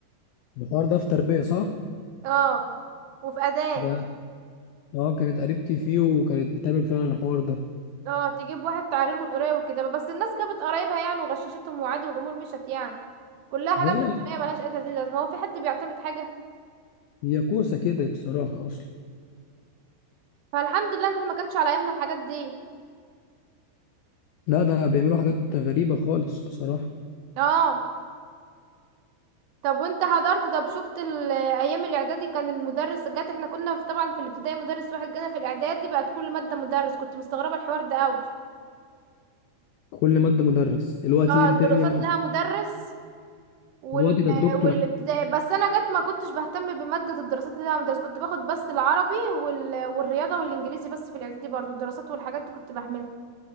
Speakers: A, on the left (about 85°); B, on the right (about 75°).
A: الحوار ده في تربية صح
B: اه وفي أداة
A: ده اه كانت قريبتي فيه وكانت بتعمل فعلا الحوار ده
B: اه تجيب واحد تعلمه القراية والكتابة بس الناس جابت قرايبها يعني وغششتهم وعادي والأمور مشت يعني كلها
A: هي
B: حاجات
A: لا
B: روتينية ملهاش أي تلاتين لازمة هو في حد بيعتمد حاجة
A: هي كوسه كده بصراحه اصلا
B: فالحمد لله ان احنا ما كانش على ايامنا الحاجات دي
A: لا ده بيعملوا حاجات غريبه خالص بصراحه
B: اه طب وانت حضرت طب شفت ال- ايام الاعدادي كان المدرس جات احنا كنا في طبعا في الابتدائي مدرس واحد جانا في الاعدادي بقت كل مادة مدرس كنت مستغربة الحوار ده قوي
A: كل ماده مدرس الوقت
B: اه
A: ايه الدنيا
B: الدراسات لها مدرس وال...
A: الوقت ده الدكتور
B: والابتدائي بس انا جت ما كنتش بهتم بمادة الدراسات اللي انا مدرسة كنت باخد بس العربي وال... والرياضة والانجليزي بس في الاعدادي برضو الدراسات والحاجات دي كنت بهملها